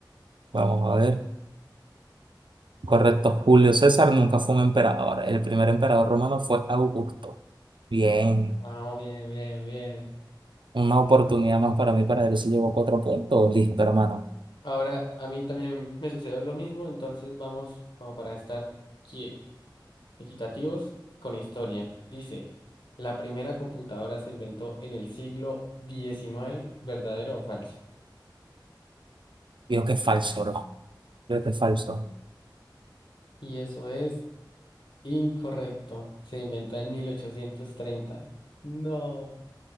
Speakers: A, on the right; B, on the left.
A: Vamos a ver. Correcto, Julio César nunca fue un emperador. El primer emperador romano fue Augusto. Bien,
B: Vamos, bien, bien, bien.
A: una oportunidad más para mí para ver si llevo cuatro puntos. Listo, hermano.
B: Ahora, a mí también me sucedió lo mismo, entonces vamos como para estar qui- equitativos con historia. Dice, la primera computadora se inventó en el siglo diecinueve, ¿verdadero o falso?
A: Creo que es falso, bro. Creo que es falso.
B: Y eso es incorrecto, se inventó en 1830. No.